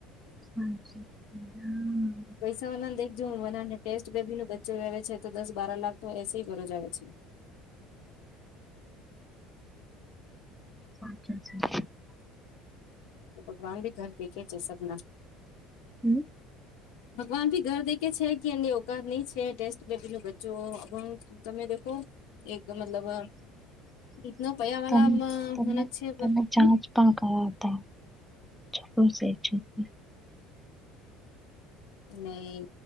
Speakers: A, in the centre; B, on the left.
A: અચ્છા હમ <inaudible>
B: દેખજના ટેસ્ટ બેબી નો બચ્ચો રહેવે છે તો દસ બાર લાખ તો એસે ભરોજ આવે છે.
A: અચ્છા
B: ભગવાન બી ઘર દેખે છે સબના.
A: હમ
B: ભગવાન ભી ઘર દે કે છે કે એની ઓકાત નહી છે ટેસ્ટ બેબી નું બચ્ચુ તમે દખો એક મતલબ ઈતના પયા વાળા
A: તમે તમે
B: મન જ છે
A: <inaudible>
B: હમ નહી